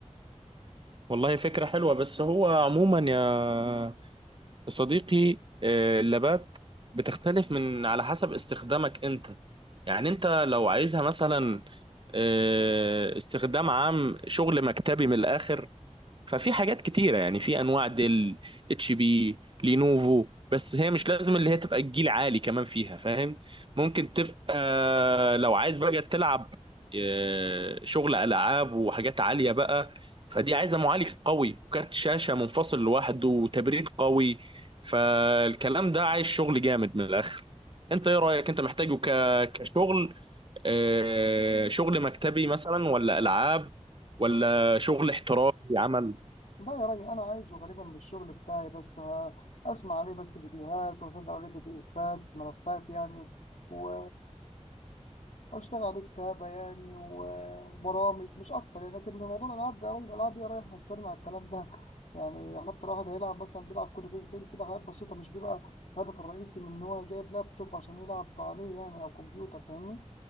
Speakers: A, on the right; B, on the left.
A: والله فكرة حلوة بس هو عموما يا صديقي آه، اللابات بتختلف من على حسب استخدامك انت يعني انت لو عايزها مثلا آه، استخدام عام شغل مكتبي من الاخر ففي حاجات كتيرة يعني في انواع ديل اتش بي لينوفو بس هي مش لازم اللي هي تبقى الجيل عالي كمان فيها فاهم ممكن تبقى لو عايز بقى تلعب آه، شغل العاب وحاجات عالية بقى فدي عايزة معالج قوي وكارت شاشة منفصل لوحده وتبريد قوي فالكلام ده عايز شغل جامد من الاخر انت ايه رأيك انت محتاجه ك... كشغل آه، شغل مكتبي مثلا ولا العاب ولا شغل احترافي عمل
B: لا يا راجل انا عايزه غالبا للشغل بتاعي بس ه- اسمع عليه بس فيديوهات واشغل عليه بي دي افات ملفات يعني و واشتغل عليه كتابة يعني و- وبرامج مش اكتر يعني لكن بموضوع الالعاب ده يا راجل الالعاب يا رايح مجبرنا على الكلام ده يعني حتى الواحد هيلعب مثلا بيلعب كل فين فين كده حاجات بسيطة مش بيبقى الهدف الرئيسي من ان هو جايب لابتوب عشان يلعب عليه يعني او كمبيوتر فاهمني